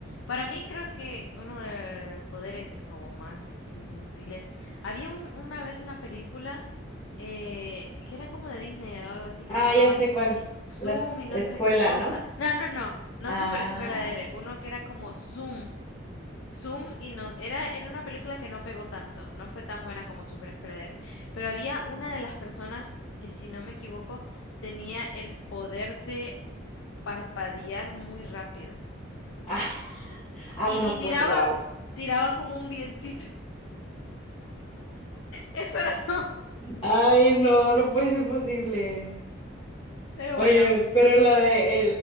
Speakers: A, on the left; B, on the left.
A: Para mí creo que uno de los poderes como más inútiles. Había un- una vez una película eh, que era como de Disney o algo así que
B: Ah,
A: se llamaba
B: ya sé
A: Su-
B: cuál.
A: Zoom
B: La es-
A: y
B: escuela,
A: no sé qué cosa.
B: ¿no?
A: No, no, no, no
B: Ah,
A: Super Escuela de Héroe, uno que era como Zoom. Zoom y no, era, era una película que no pegó tanto, no fue tan buena como Super Escuela de Héroe. Pero había
B: ah,
A: una de las personas que, si no me equivoco, tenía el poder de parpadear muy rápido.
B: <laughs> ah,
A: Y,
B: no,
A: y tiraba,
B: pues wow.
A: tiraba como un vientito. <laughs> Eso era todo.
B: Ay, no, no puede ser posible.
A: Pero
B: Oye,
A: bueno,
B: pero la de